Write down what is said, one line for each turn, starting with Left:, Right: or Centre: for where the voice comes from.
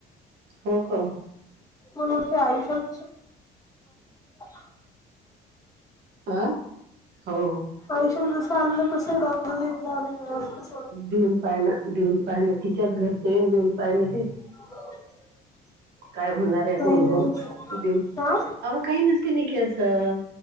Right: हो का.
Left: मला बोलते आयुष्यात <unintelligible>
Right: अ हो.
Left: पैशे जस आणलं तस <unintelligible>
Right: देऊन पाहिलं, देऊन पाहिलं तिच्याच घरचे देऊन पाहिल तीच-
Left: <inaudible>
Right: काय हूणार आहे
Left: नाही
Right: होन
Left: नाही
Right: होनऊन-
Left: हा
Right: अवं काही नसते नकी असं